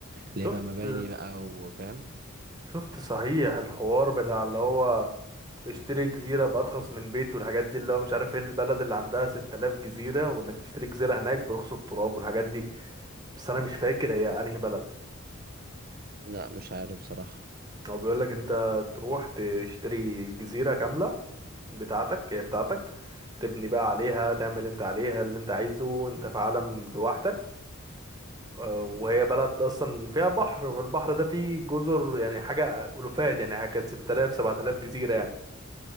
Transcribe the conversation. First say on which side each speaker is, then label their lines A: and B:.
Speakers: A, on the right; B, on the right.
A: شفت
B: اللي هي بقى مباني بقى وفاهم
A: شفت صحيح الحوار بتاع اللي هو اشتري جزيرة بأرخص من بيت والحاجات دي اللي هو مش عارف ايه البلد اللي عندها 6000 جزيرة وانك تشتري جزيرة هناك برخص التراب والحاجات دي بس انا مش فاكر هي انهي بلد
B: لا مش عارف بصراحة
A: هو بيقول لك انت تروح تشتري جزيرة كاملة بتاعتك هي بتاعتك تبني بقى عليها تعمل انت عليها اللي انت عايزه انت في عالم لوحدك آه، وهي بلد اصلا فيها بحر والبحر ده فيه جزر يعني حاجه الوفات يعني كانت 6000 7000 جزيره يعني